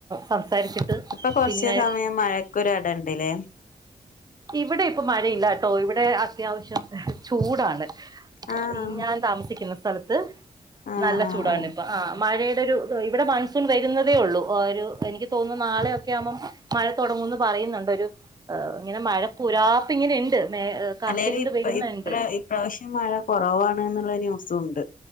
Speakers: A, on the right; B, on the left.
A: സംസാരിച്ചിട്ട്
B: ഇപ്പോ കൊറച്ച്സമയം
A: പിന്നെ
B: മഴക്കൊരു എടണ്ട്ലെ
A: ഇവടെ ഇപ്പോ മഴയില്ല ട്ടോ ഇവടെ അത്യാവശ്യം ഏഹ് ചൂടാണ്
B: ആഹ്
A: ഈ ഞാൻ താമസിക്കുന്ന സ്ഥലത്ത്
B: ആഹ്
A: നല്ല
B: ആഹ്
A: ചൂടാണ്
B: ആഹ്
A: ഇപ്പ ആ മഴേടെ ഒരു ഇവടെ മൺസൂൺ വരുന്നതേ ഒള്ളൂ ഒരു എനിക്ക് തോന്നുന്നു നാളെയൊ ക്കെയാമ്പോ മഴ തൊടങ്ങുന്ന് പറയുന്നോണ്ട് ഒരു ഇങ്ങനെ മഴ പുരാപ്പ് ഇങ്ങനെണ്ട് മേ കറുത്തിരുണ്ട്
B: അല്ലേല്ല് ഇപ്പ
A: വരുന്നുണ്ട്
B: ഇപ ഇപ്രാശ്യം മഴകൊറവാണ് എന്നുള്ള ന്യൂസുവോണ്ട്